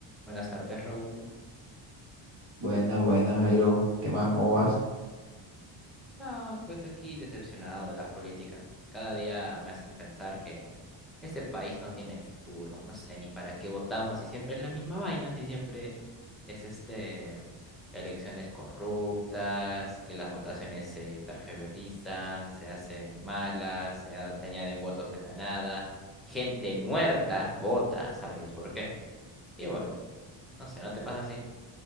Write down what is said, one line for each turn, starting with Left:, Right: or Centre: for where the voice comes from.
Centre: Buenas tardes, Raúl.
Right: Buenas, buenas, Jairo. ¿Qué más? ¿Cómo vas?
Centre: No, pues aquí decepcionado de la política. Cada día me hacen pensar que este país no tiene futuro. No sé ni para qué votamos si siempre es la misma vaina, si siempre es este elecciones corruptas, que las votaciones se targiversan, se hacen malas, se, a- se añaden votos de la nada, gente muerta vota, sabe Dios por qué. Y bueno, no sé, ¿no te pasa así?